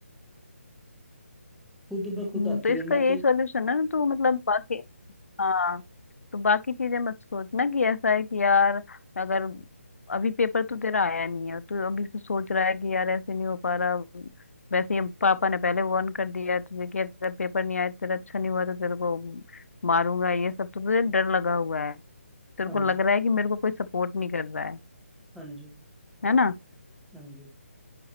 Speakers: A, in the centre; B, on the left.
A: खुद
B: हम्म,
A: ब खुद आती
B: तो इसका
A: है मैं
B: यही
A: तो
B: सॉल्यूशन है ना तो मतलब बाकी हाँ तो बाकी चीजें मत सोचना कि ऐसा है कि यार अगर अभी पेपर तो तेरा आया नहीं है तू अभी से सोच रहा है कि यार ऐसे नहीं हो पा रहा वैसे ही पापा ने पहले वार्न कर दिया है तुझे कि अगर पेपर नहीं आया तेरा अच्छा नहीं हुआ तो तेरे को मारूंगा ये सब तो तुझे डर लगा हुआ है तेरे
A: हाँ
B: को
A: जी
B: लग रहा है कि मेरे को कोई सपोर्ट नहीं कर रहा है
A: हाँ जी
B: है ना
A: हाँ जी